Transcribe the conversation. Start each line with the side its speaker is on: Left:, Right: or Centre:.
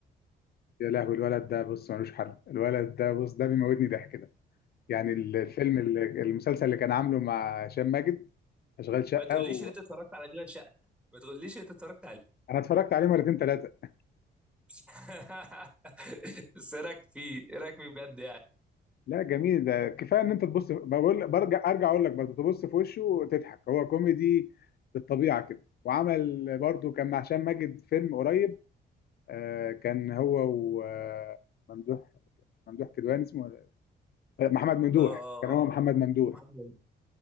Left: يا لهوي الولد ده بص ملوش حل الولد ده بص ده بيموتني ضحك ده يعني الفيلم اللي- المسلسل اللي كان عامله مع هشام ماجد اشغال شقه
Centre: ما تقوليش
Left: و...
Centre: ان انت اتفرجت على اشغال شقه ما تقوليش ان انت اتفرجت عليه
Left: انا اتفرجت عليه مرتين ثلاثه
Centre: <laughs> بس ايه رايك فيه ايه رايك فيه بجد يعني
Left: لا جميل ده كفايه ان انت تبص بقول برجع ارجع اقول لك برضه تبص في وشه وتضحك هو كوميدي بالطبيعه كده وعمل برضه كان مع هشام ماجد فيلم قريب آه، كان هو وممدوح ممدوح كدواني اسمه ولا- آه، محمد ممدوح
Centre: اه
Left: كان هو
Centre: اه
Left: محمد ممدوح
Centre: محمد هنيدي.